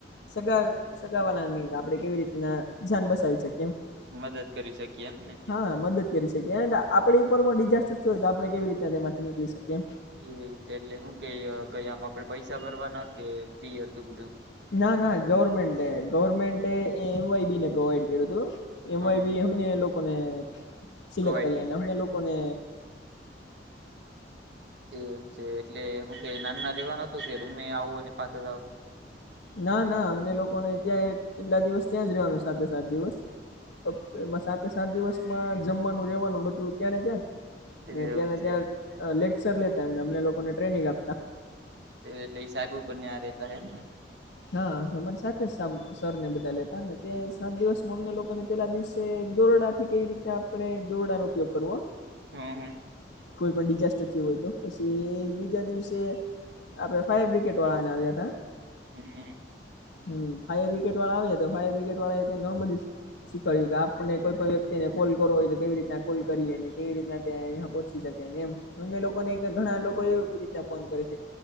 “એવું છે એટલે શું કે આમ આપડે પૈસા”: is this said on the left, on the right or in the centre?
Right